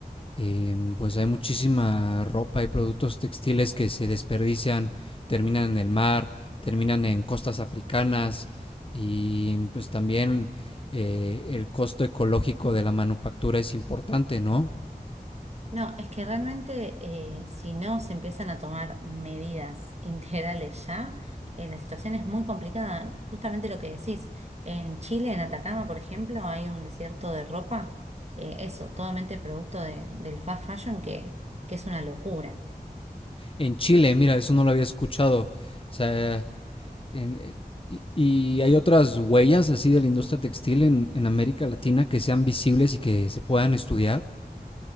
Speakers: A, on the left; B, on the right.
A: em, pues hay muchísima ropa y productos textiles que se desperdician, terminan en el mar, terminan en costas africanas y pues también eh, el costo ecológico de la manufactura es importante, ¿no?
B: No, es que realmente eh, si no se empiezan a tomar medidas <laughs> integrales ya, eh, la situación es muy complicada. Justamente lo que decís, en Chile, en Atacama, por ejemplo, hay un desierto de ropa, eh, eso, totalmente producto de- del fast fashion que, que es una locura.
A: En Chile, mira, eso no lo había escuchado. O sea, En- eh, y, y hay otras huellas así de la industria textil en, en América Latina que sean visibles y que se puedan estudiar.